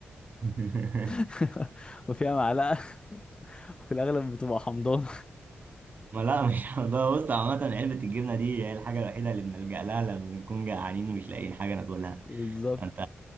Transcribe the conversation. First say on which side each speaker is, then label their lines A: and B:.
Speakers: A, on the right; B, on the left.
A: <laughs>
B: <laughs> وفيها معلقه وفي الاغلب بتبقى حمضان
A: ما لا مش <laughs> هنضيع بص عامة علبة الجبنة دي هي الحاجة الوحيدة اللي بنلجأ لها لما بنكون جعانين ومش لاقيين حاجة ناكلها
B: بالظبط
A: انت